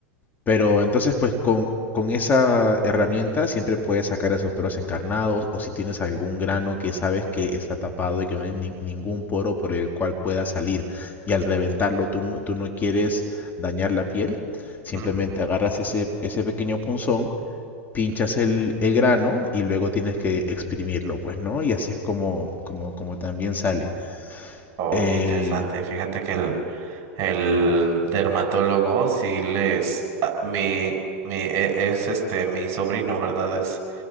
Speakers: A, on the left; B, on the right.
A: Pero entonces, pues con, con esa herramienta siempre puedes sacar esos pelos encarnados o si tienes algún grano que sabes que está tapado y que no hay ni- ningún poro por el cual pueda salir y al reventarlo tú no, tú no quieres dañar la piel, simplemente
B: Mm.
A: agarras ese, ese pequeño punzón, pinchas el, el grano y luego tienes que exprimirlo, pues, ¿no? Y así es como, como, como también sale.
B: Oh,
A: Eh,
B: qué interesante. Fíjate que el, el dermatólogo sí les... ah, Mi, mi, e- es este, mi sobrino, ¿verdad? Es,